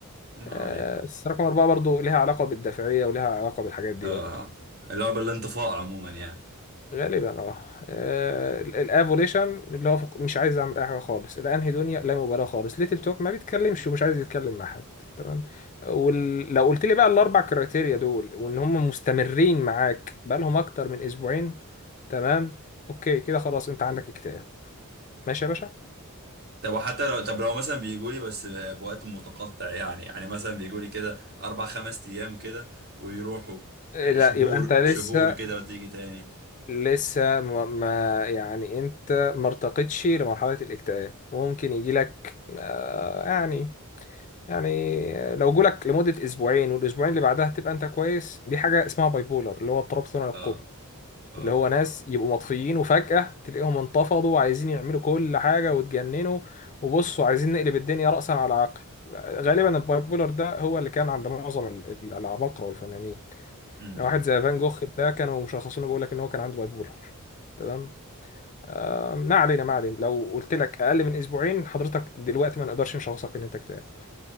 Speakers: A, on the right; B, on the left.
A: ما
B: آه،
A: علينا
B: بس رقم أربعة برضو ليها علاقه بالدافعيه وليها علاقه بالحاجات دي
A: اه
B: برضو
A: اللعبه الانطفاء عموما يعني
B: غالبا اه آه، ال- الافوليشن اللي هو فق- مش عايز اعمل اي حاجه خالص الانهي دنيا لا مبالاه خالص ليتل توك ما بيتكلمش ومش عايز يتكلم مع حد تمام ولو قلت لي بقى الاربع كرايتيريا دول وان هم مستمرين معاك بقى لهم اكتر من اسبوعين تمام اوكي كده خلاص انت عندك اكتئاب ماشي يا باشا
A: طب وحتى لو طب لو مثلا بيجوا لي بس بوقت متقطع يعني يعني مثلا بيجوا لي كده اربع خمس ايام كده ويروحوا
B: آه،
A: آه،
B: لا
A: شهور
B: يبقى انت لسه
A: شهور كده وتيجي تاني
B: لسه ما ما- يعني انت ما ارتقتش لمرحله الاكتئاب ممكن يجي لك يعني يعني لو جولك لمدة أسبوعين والأسبوعين اللي بعدها تبقى أنت كويس دي حاجة اسمها باي بولر اللي هو اضطراب ثنائي القطب
A: اه اه
B: اللي هو ناس يبقوا مطفيين وفجأة تلاقيهم انتفضوا وعايزين يعملوا كل حاجة وتجننوا وبصوا عايزين نقلب الدنيا رأسا على عقب غالبا الباي بولر ده هو اللي كان عند معظم ال- ال- العباقرة والفنانين
A: امم
B: يعني واحد زي فان جوخ ده كانوا مشخصينه بيقول لك إن هو كان عنده باي بولر تمام آه ما علينا ما علينا لو قلت لك أقل من أسبوعين حضرتك دلوقتي ما نقدرش نشخصك إن أنت اكتئاب